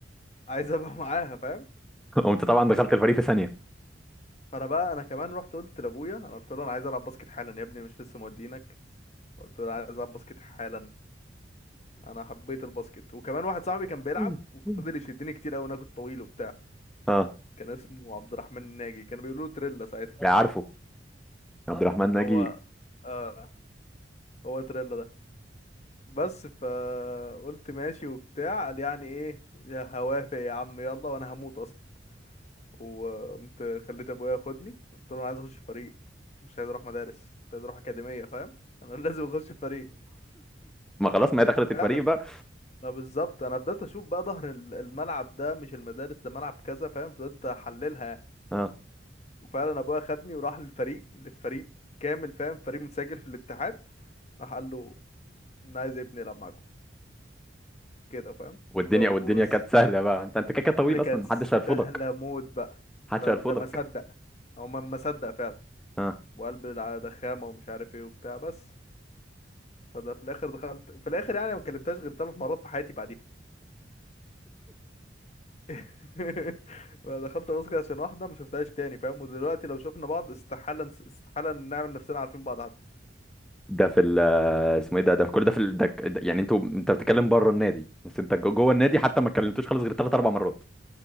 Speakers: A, on the left (about 35°); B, in the centre.
A: عايز ابقى <laughs> معاها فاهم
B: <laughs> وانت طبعا دخلت الفريق في ثانية
A: فانا بقى انا كمان رحت قلت لابويا انا قلت له انا عايز العب باسكت حالا يا ابني مش لسه مودينك قلت له أنا عايز العب باسكت حالا انا حبيت الباسكت وكمان واحد صاحبي كان بيلعب
B: م-
A: وفضل
B: م.
A: يشدني كتير قوي انا كنت طويل وبتاع
B: اه
A: كان اسمه عبد الرحمن الناجي كانوا بيقولوا له تريلا ساعتها
B: يا عارفه يا عبد الرحمن ناجي
A: هو آه هو تريلا ده بس فقلت ماشي وبتاع قال يعني ايه يا هوافق يا عم يلا وانا هموت اصلا وقمت خليت ابويا ياخدني قلت له انا عايز اخش فريق مش عايز اروح مدارس مش عايز اروح اكاديميه فاهم انا <laughs> لازم اخش فريق
B: ما خلاص ما هي دخلت
A: وفعلا
B: الفريق بقى
A: ده بالظبط انا فضلت اشوف بقى ظهر ال- الملعب ده مش المدارس ده ملعب كذا فاهم فضلت احللها
B: اه
A: وفعلا ابويا خدني وراح للفريق للفريق كامل فاهم فريق متسجل في الاتحاد راح قال له انا عايز ابني يلعب معاكم كده فاهم
B: والدنيا
A: ده وص-
B: والدنيا كانت سهلة بقى انت انت كده طويل
A: الدنيا كانت
B: اصلا محدش هيرفضك
A: سهله موت بقى
B: محدش
A: ده
B: هيرفضك
A: ده ما صدق هو ما ما صدق فعلا
B: اه
A: وقلب الع- ده خامه ومش عارف ايه وبتاع بس فده في الاخر دخلت في الاخر يعني ما كلمتهاش غير ثلاث مرات في حياتي بعديها <laughs> دخلت باسكت عشان واحده ما شفتهاش تاني فاهم ودلوقتي لو شفنا بعض استحاله نس- استحاله نعمل نفسنا عارفين بعض حتى.
B: ده في ال اسمه ايه ده ده في كل ده في ال... ده... ده- يعني انتوا انت بتتكلم بره النادي بس انت جو- جوه النادي حتى ما كلمتوش خالص غير ثلاث اربع مرات